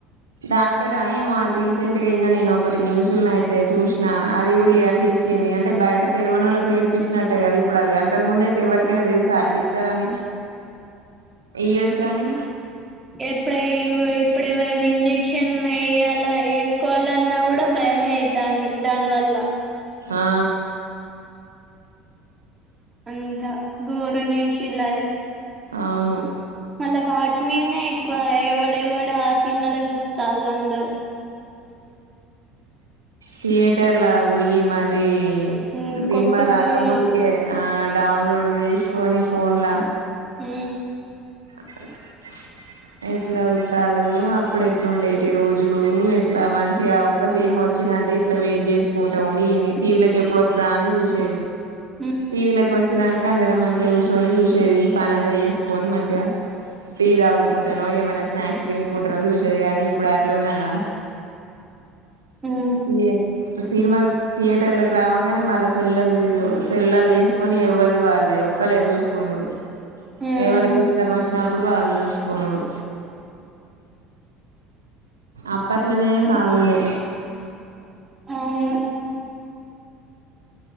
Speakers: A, on the right (about 85°); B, on the right (about 20°).
A: డాక్టరా ఆ ఏమో రీసెంట్ గా ఇన్న నేను ఒకటి న్యూస్ని అయితే చూసిన అది కూడా అట్ చిిది అంటే బయట తెలవనోళ్లకు నేర్పించినట్టే కదది ఇప్పుడు అది అంతకు ముందు అయితే ఎవరికైనా తెలుసా అట్లు ఇస్తారని ఇయ్యొచ్చు అని
B: ఎప్పుడ ఇప్పుడు ఎవరైనా ఇంజెక్షన్ వేయాల వేసుకోవాలన్నా కూడా భయమే అయితాంది దానివల్ల
A: ఆ
B: అంతా ఘోరన్ చేేసిలద
A: అవును
B: మళ బాట్ మీనే ఎక్కువ ఎవడ ఎవడ సినిమాల చతల్ అందరు
A: తయేటర్ల పోయిి మారి
B: ఉమ్
A: సినిమా
B: కొట్టుకొని
A: రాక ముందుకే ఆ డౌన్లోడ్ చేసుకొని ఫోన్లా
B: హ
A: అ <unintelligible> ఎట్లా వత్తాలు అప్పుడు ఎట్లా ఉండేటి రోజులు ఎట్లా మంచిగా ఒక్క సీన్ వచ్చిందంటే ఇట్లా వెయిట్ చేసుకుంటా ఉండి ఇ టీవీలోకి ఎప్పుడు వతుందా అని చూసేది
B: ఉమ్
A: టీవ కి వచ్చినాంక అందరం మంచి చూసుొని చూసేది పని అంతా వసుకొని మంచిగా టీ తాగుతూ కుంటానో ఏమైనా స్నాక్స్ తినుకుంటానో చూసేది కాగాని ఇప్పుడు అట్లు ఉన్నదా
B: ఉమ్
A: ఏ సినిమా థియేటర్లకు రావగానే మళ్ళ సెల్ళ సెల్ళలో వేసుకొని ఇవ్వదు వాళ్ళ ఒక్కలే చూసుకున్నాడు
B: ఉమ్
A: ఎ వాళ్ళకి ఇష్టం వచ్చినప్పుడు వాళ్ళళు చూసుకోనుడు అప్పట్లోనే బాగుండే
B: అవును